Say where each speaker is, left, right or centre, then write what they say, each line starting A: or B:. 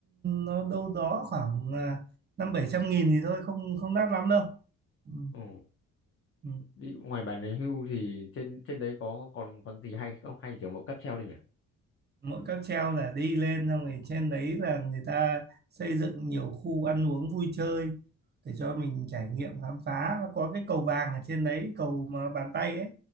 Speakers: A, on the right (about 35°); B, on the left (about 45°).
A: nó đâu đó khoảng à, năm bảy trăm nghìn thì thôi không không đắt lắm đâu ừ.
B: ừ.
A: ừ.
B: đi ngoài bản đề hưu thì trên trên đấy có còn còn gì hay không hay chỉ có mỗi cáp treo thôi nhỉ
A: mỗi cáp treo là đi lên xong rồi trên đấy là người ta xây dựng nhiều khu ăn uống vui chơi để cho mình trải nghiệm khám phá nó có cái cầu vàng ở trên đấy cầu mà bàn tay ấy